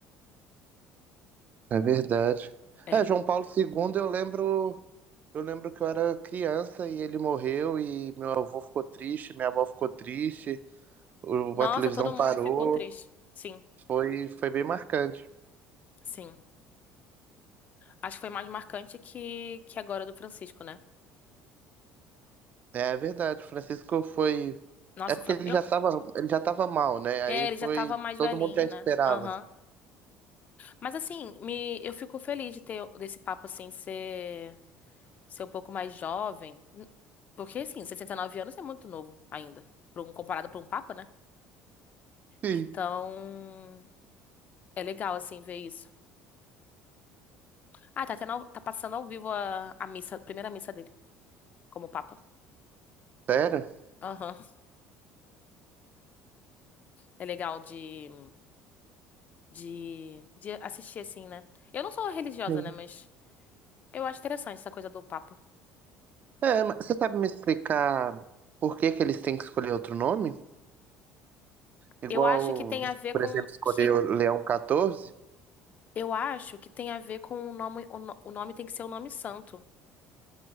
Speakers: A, on the right (about 40°); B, on the left (about 35°).
A: É verdade.
B: É.
A: É, João Paulo II, eu lembro, eu lembro que eu era criança e ele morreu e meu avô ficou triste, minha avó ficou triste, o-
B: Nossa,
A: a televisão
B: todo mundo
A: parou,
B: ficou triste. Sim,
A: foi, foi bem marcante.
B: sim. Acho que foi mais marcante que, que agora do Francisco, né?
A: É, é verdade, o Francisco foi,
B: Nossa,
A: é porque
B: o Fran-
A: ele
B: eu,
A: já tava, ele já tava mal, né?
B: É,
A: Aí
B: ele
A: foi,
B: já tava mais
A: todo
B: velhinho,
A: mundo já esperava.
B: né? Aham. Mas assim, me, eu fico feliz de ter desse papo assim, ser, ser um pouco mais jovem. N- Porque assim, 69 anos é muito novo ainda, pra um- comparado pra um papa, né?
A: Sim.
B: Então, é legal assim ver isso. Ah, tá tendo, ao- tá passando ao vivo a, a missa, a primeira missa dele como papa.
A: Sério?
B: Aham. É legal de, de, de assistir assim, né? Eu não sou religiosa,
A: Sim.
B: né, mas eu acho interessante essa coisa do papa.
A: É, mas você sabe me explicar por que que eles têm que escolher outro nome? Igual,
B: Eu acho que tem a ver
A: por
B: com
A: exemplo, escolher
B: que
A: o Leão Quatorze.
B: Eu acho que tem a ver com o nome. O, no- o nome tem que ser o nome santo.